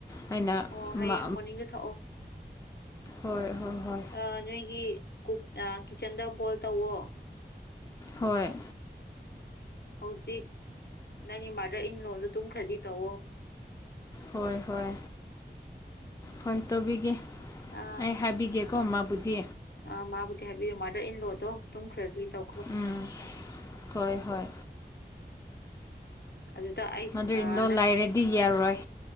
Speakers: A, on the left; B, on the left.
A: ꯑꯩꯅ
B: ꯑꯣ
A: ꯃꯥ
B: ꯍꯌꯦꯡ ꯃꯣꯔꯅꯤꯡꯗ ꯊꯣꯛꯑꯣ
A: ꯍꯣꯏ ꯍꯣꯏ ꯍꯣꯏ
B: ꯑꯥ ꯅꯣꯏꯒꯤ ꯀꯨꯛ ꯀꯤꯠꯆꯟꯗ ꯕꯣꯏꯜ ꯇꯧꯋꯣ
A: ꯍꯣꯏ
B: ꯍꯧꯖꯤꯛ ꯅꯪꯒꯤ ꯃꯥꯗꯔ ꯏꯟ ꯂꯣꯗꯣ ꯇꯨꯝꯈ꯭ꯔꯗꯤ ꯇꯧꯋꯣ
A: ꯍꯣꯏ ꯍꯣꯏ ꯍꯣꯏ ꯇꯧꯕꯤꯒꯦ
B: ꯑꯥ
A: ꯑꯩ ꯍꯥꯏꯕꯤꯒꯦ ꯀꯣ ꯃꯥꯕꯨꯗꯤ
B: ꯑꯥ ꯃꯥꯕꯨꯗꯤ ꯍꯥꯏꯕꯤꯌꯨ ꯃꯥꯗꯔ ꯏꯜꯂꯣꯗꯣ ꯇꯨꯝꯈ꯭ꯔꯗꯤ ꯇꯧꯈ꯭ꯔꯣ
A: ꯎꯝ ꯍꯣꯏ ꯍꯣꯏ
B: ꯑꯗꯨꯗ ꯑꯩꯁ
A: ꯃꯥꯗꯔ ꯏꯟ ꯂꯣ
B: ꯅꯪ
A: ꯂꯩꯔꯗꯤ ꯌꯥꯔꯣꯏ